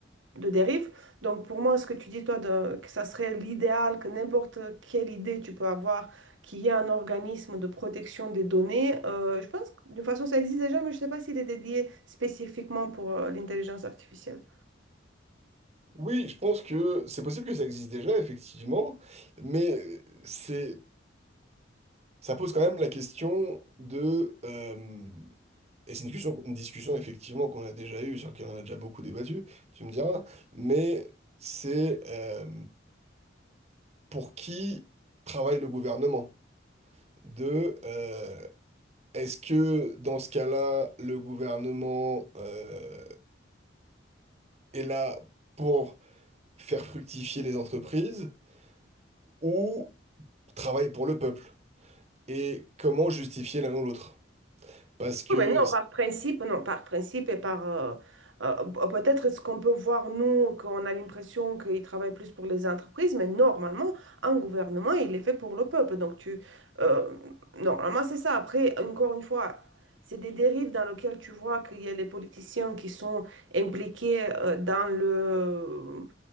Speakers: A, on the right (about 85°); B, on the right (about 35°).
A: de dérive. Donc, pour moi, ce que tu dis, toi, de- que ça serait l'idéal, que n'importe quelle idée tu peux avoir, qu'il y ait un organisme de protection des données, euh, je pense que d'une façon, ça existe déjà, mais je ne sais pas s'il est dédié spécifiquement pour euh, l'intelligence artificielle.
B: Oui, je pense que c'est possible que ça existe déjà, effectivement, mais c'est, ça pose quand même la question de, euh, et c'est une discussion, une discussion effectivement qu'on a déjà eue, sur laquelle on a déjà beaucoup débattu, tu me diras, mais c'est euh, pour qui travaille le gouvernement? De, euh, est-ce que dans ce cas-là, le gouvernement euh, est là pour faire fructifier les entreprises ou travaille pour le peuple? et comment justifier l'un ou l'autre. Parce que
A: Oui, mais non, par principe, non, par principe et par euh, euh, peut-être ce qu'on peut voir, nous, qu'on a l'impression qu'ils travaillent plus pour les entreprises, mais normalement, un gouvernement, il est fait pour le peuple. Donc, tu. euh, normalement, c'est ça. Après, encore une fois, c'est des dérives dans lesquelles tu vois qu'il y a les politiciens qui sont impliqués euh, dans le,